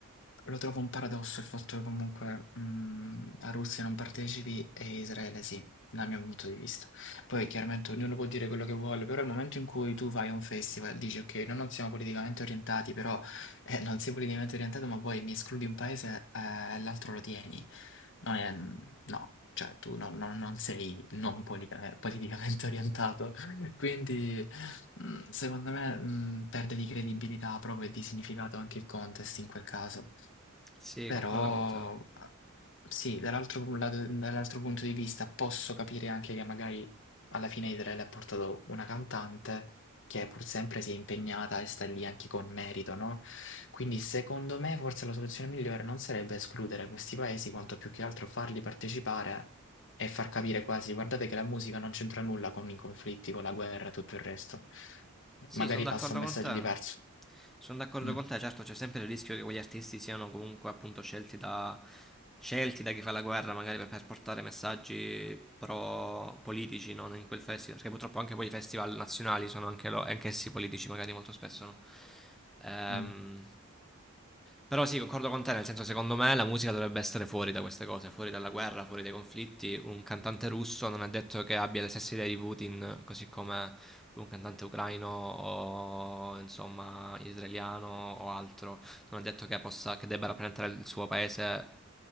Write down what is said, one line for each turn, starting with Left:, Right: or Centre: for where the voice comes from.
Left: lo trovo un paradosso il fatto che comunque mh, la Russia non partecipi e Israele sì, dal mio punto di vista. Poi chiaramente ognuno può dire quello che vuole, però al momento in cui tu fai un festival, dici ok, noi non siamo politicamente orientati, però eh, non sei politicamente orientato, ma poi mi escludi un paese eh, e l'altro lo tieni. Non è, no, cioè tu non, non- non sei non politica- eh, politicamente <laughs> orientato. Quindi, mhmm, secondo me, mhmm, perde di credibilità proprio e di significato anche il contest in quel caso.
Centre: Sì,
Left: Però,
Centre: concordo con te.
Left: a sì, dall'altro pu lato dall'altro punto di vista posso capire anche che magari alla fine Israele ha portato una cantante che pur sempre si è impegnata e sta lì anche con merito, no, quindi secondo me forse la soluzione migliore non sarebbe escludere questi paesi, quanto più che altro farli partecipare e far capire quasi, guardate che la musica non c'entra nulla con i conflitti, con la guerra, e tutto il resto.
Centre: Sì,
Left: Magari
Centre: sono d'accordo
Left: passa un
Centre: con
Left: messaggio
Centre: te.
Left: diverso.
Centre: Sono d'accordo
Left: Mm,
Centre: con te, certo c'è sempre il rischio che quegli artisti siano comunque appunto scelti da, scelti da chi fa la guerra, magari per, per portare messaggi pro politici, no? In quel festival, perché purtroppo anche poi i festival nazionali sono anche lo- anch'essi politici, magari molto spesso, no? Ehm,
Left: mm.
Centre: però sì, concordo con te, nel senso secondo me la musica dovrebbe essere fuori da queste cose, fuori dalla guerra, fuori dai conflitti. Un cantante russo non è detto che abbia le stesse idee di Putin, così come un cantante ucraino o insomma israeliano o altro, non è detto che, possa, che debba rappresentare il suo paese